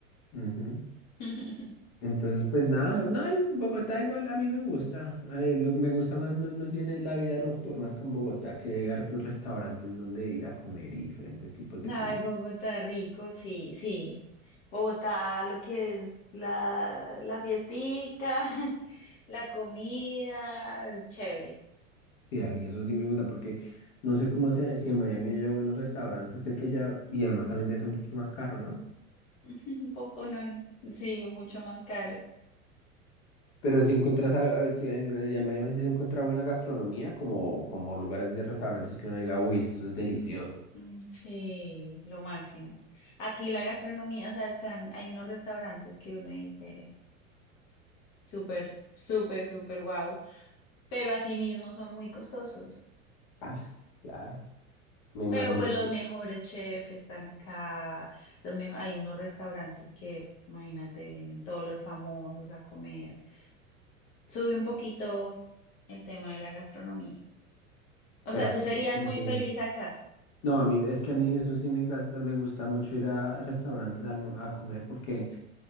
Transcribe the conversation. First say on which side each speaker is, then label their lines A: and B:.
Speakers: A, on the left; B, on the left.
A: ujú.
B: <laughs>
A: Entonces, pues nada, no, en Bogotá igual a mí me gusta, eh, lo que me gusta más, más, más bien es la vida nocturna acá en Bogotá, que hay hartos restaurantes donde ir a comer y diferentes tipos de
B: Ay,
A: comida.
B: Bogotá rico, sí, sí. Bogotá, lo que es la, la fiestica, <laughs> la comida, chévere.
A: Sí, a mí eso sí me gusta porque no sé cómo se, si en Miami hay buenos restaurantes, sé que ya, y además también debe ser un poquito más caro, ¿no?
B: <laughs> Un poco no, sí, mucho más caro.
A: Pero si encuentras, a- a- si en, en Miami sí se encuentra buena gastronomía, como, como lugares de restaurantes que uno diga, uy, esto es delicioso.
B: Mm, Sí, lo máximo. Aquí la gastronomía, o sea, están, hay unos restaurantes que uno dice súper, súper, súper guau, pero asimismo son muy costosos.
A: Ah, claro, me imagino
B: Pero pues los
A: que,
B: mejores chefs están acá, los mejo- hay unos restaurantes que, imagínate, vienen todos los famosos a comer. Sube un poquito el tema de la gastronomía. O
A: pero
B: sea,
A: así
B: tú serías
A: como
B: muy
A: que-
B: feliz acá.
A: No, a mí, es que a mí eso sí me gasta, me gusta mucho ir a restaurantes a, almo- a comer porque...